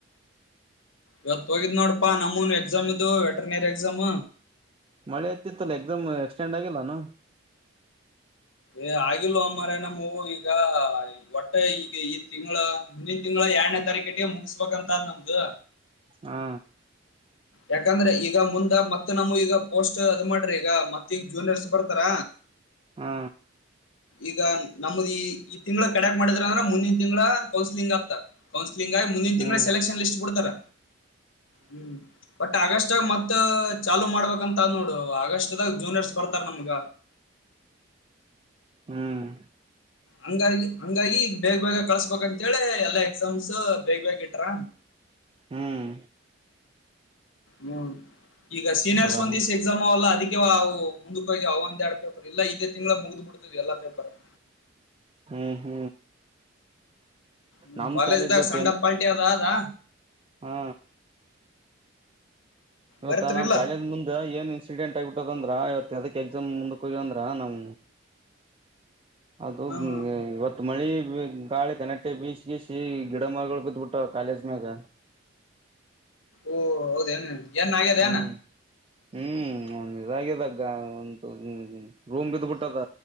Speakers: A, on the left (about 75°); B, on the right (about 25°).
A: ಇವತ್ ಹೋಗಿದ್ ನೋಡಪಾ ನಮ್ಮೂನು ಎಕ್ಸಾಮ್ ಇದು ವೆಟರ್ನರಿ ಎಕ್ಸಾಮ್
B: ಮಳೆ ಆಯ್ತಿ ತಲ್ಲ ಎದಮ್ ಎಕ್ಸ್ಟೆಂಡಂಡ ಆಗಲ್ಲ ನ
A: ಏ ಆಗಿಲ್ ಅಮ್ಮ್ರ ನಮ ಈಗ ಹೊಟ್ಟೆ ಈಗ ಈ ತಿಂಗಳ ಮುಂದಿನ ತಿಂಗಳ ಎರಡನೇ ತಾರೀಕಟ್ಟಿಗೆ ಮುಗಸ್ಬೇಕಂತ್ ನಮ್ದು
B: ಹಾ
A: ಯಾಕಂದ್ರೆ ಈಗ ಮುಂದ ಮತ್ತೆ ನಾವು ಈಗ ಪೋಸ್ಟ್ ಅದ್ ಮಾಡ್ರಿ ಈಗ ಮತ್ತ ಈಗ ಜೂನಿಯರ್ಸ್ ಬರ್ತಾರ
B: ಹ್ಮ
A: ಈಗ ನಮ್ದ ಈ ತಿಂಗಳ ಕಡಕ್ ಮಾಡಿದ್ರ ಅಂದ್ರೆ ಮುಂದಿನ ತಿಂಗಳ ಕೌನ್ಸಿಲಿಂಗ್ ಆಗ್ತ ಕೌನ್ ತಿಂಗ ಮುಂದಿನ ತಿಂಗಳ
B: ಹ್ಮ್
A: ಸೆಲೆಕ್ಷನ್ ಲಿಸ್ ಕೊಡ್ತಾರೆ ಹ್ಮ್ ಬಟ್ ಆಗಸ್ಟ್ಕ ಮತ್ತು ಚಾಲುೂ ಮಾಡ್ಬೇಕಂತ ಅದ್ ನೋಡು ಆಗಸ್ಟ್ದಾಗ ಜೂನಿಯರ್ಸ್ ಬರ್ತಾರ ನಮಗ
B: ಹ್ಮ್
A: ಹಂಗಾಗಿ ಹಂಗಾಗಿ ಬೇಗ್ ಬೇಗ ಕಳಸ್ಬೇಕಂತೇಳಿ ಎಲ್ಲಾ ಎಕ್ಸಾಮ್ಸ್ ಬೇಗ ಬೇಗ್ ಇಟ್ರ
B: ಹ್ಮ್
A: ಮೂನ್ ಈಗ ಸೀನಿಯರ್ಸ್
B: ಹೌದಾನ
A: ಒಂದ ದಸ್ ಎಕ್ಸಾಮ್ ಅಲ್ಲ ಅದಕ್ಕೆ <unintelligible> ಮುಂದಕ್ಕೆ ಹೋಗಿ ಅವ ಒಡ್ ಎಲ್ಲಾ ಇದೇ ತಿಂಗ್ಗಳ ಮುಗ್ದು ಬಿಡ್ತ್ ಎಲ್ಲಾ ಪೇಪರ್ <inaudible>
B: ಹ್ಮ್ ಹ್ಮ್
A: ನಿಮ್
B: ನಮ್
A: ಕಾಲೇಜ್
B: ಜೊತೆ
A: ಸೆಂಡ್
B: ಏನ್
A: ಆಫ್ ಪಾರ್ಟಿ ಅದಾ
B: ಹಾ ಇವತ್ತಾ
A: ಬರ್ತ್ರಿಲ್ಲ
B: ನಮ್ ಕಾಲೇಜ ಮುಂದ ಏನ್ ಇನ್ಸಿಡೆಂಟ್ ಆಗಿಬಟ್ಟುತ್ತ <unintelligible> ಇವತ್ತ ಅದಕ್ಕೆ ಎಕ್ಸಾಮ್ ಮುಂದಕ್ಕೆ ಹೋಗ್ಯಂದ್ರ ನಾವ್ ಅದು
A: ಹ್ಮ್
B: ಹ್ಮ
A: ಹ್ಮ್
B: ಇವತ್ತು ಮಳಿ ಗಾಳಿ ಗಣೇಟೆ ಬಿಸಿ ಗಿಡ ಮರಗಳು ಬತ್ಬಿಟ್ಟ ಕಾಲೇಜ ಮ್ಯಾಗ
A: ಓ ಹೌದೇನ ಹೆಣ್ಣು ಆಾಗ್ಯದ
B: ಹ್ಮ್
A: ಅನಾ
B: ಹ್ಮ್ ಒ ಇದಾಗಿದಗ ಒ ರೂಮ್ ಬಿದ್ಬಿಟ್ಟದ